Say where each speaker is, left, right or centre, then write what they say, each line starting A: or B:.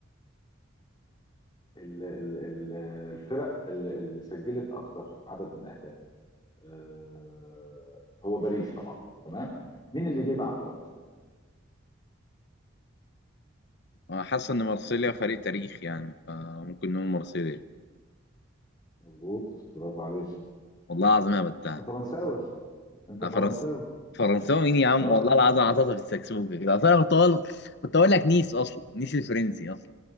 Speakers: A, on the left; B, on the left.
A: ال ال ال الفرق اللي اللي سجلت اكتر عدد من الاهداف آه، هو باريس طبعا تمام مين اللي جه بعده بقى
B: أنا حاسس إن مرسيليا فريق تاريخ يعني فممكن نقول مرسيليا
A: مظبوط برافو عليك
B: والله العظيم أنا بتاع
A: انت فرنساوي انت فرنساوي
B: فرنس فرنساوي مين يا عم
A: اه
B: والله العظيم عطاطا في السكسوكة كده أصل أنا كنت أقول كنت أقول لك نيس أصلا نيس الفرنسي أصلا